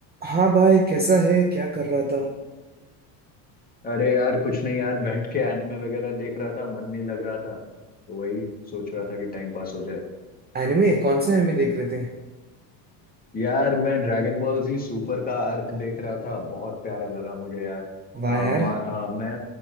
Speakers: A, on the right (about 20°); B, on the left (about 20°).
A: हाँ भाई कैसा है क्या कर रहा था
B: अरे यार कुछ नहीं यार बैठ के एनिमे वगैरह देख रहा था मन नहीं लग रहा था तो वही सोच रहा था कि टाइम पास हो जाए
A: एनिमे कौन सा एनिमे देख रहे थे
B: यार मैं ड्रैगन बॉल जी सुपर का आर्क देख रहा था बहुत प्यारा लगा मुझे यार
A: वाह
B: अ,
A: यार
B: मा, अ, मैं